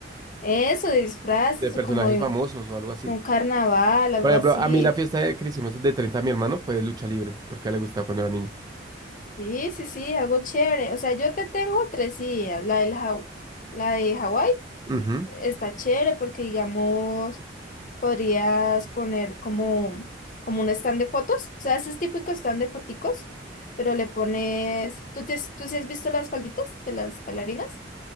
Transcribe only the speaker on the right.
De personajes
famosos
o algo así.
Por ejemplo,
a mí la fiesta de que le hicimos de 30, a mi hermano fue de lucha libre, porque a él le gustaba cuando era niño.
Ujú.